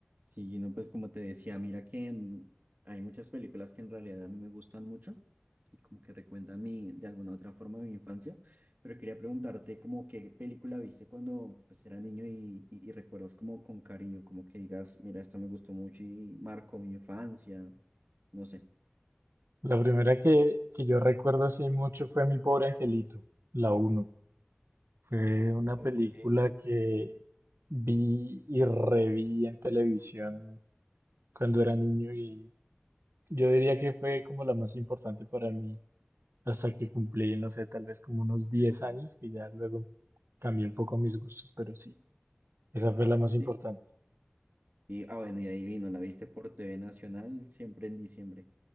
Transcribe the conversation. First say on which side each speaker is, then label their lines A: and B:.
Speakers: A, on the right; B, on the right.
A: Sí, no, pues como te decía, mira que mm, hay muchas películas que en realidad a mí me gustan mucho y como que recuentan mi, de alguna otra forma mi infancia, pero quería preguntarte como qué película viste cuando pues era niño y, y, y recuerdas como con cariño, como que digas, mira, esta me gustó mucho y marcó mi infancia, no sé.
B: La primera que, que yo recuerdo hace mucho fue Mi pobre angelito, la uno. Fue una
A: Ok,
B: película que vi y reví en televisión cuando era niño y yo diría que fue como la más importante para mí hasta que cumplí, no sé, tal vez como unos 10 años, que ya luego cambié un poco mis gustos, pero sí, esa fue la más
A: sí.
B: importante.
A: Y, ah, bueno, y ahí vino, la viste por TV Nacional siempre en diciembre.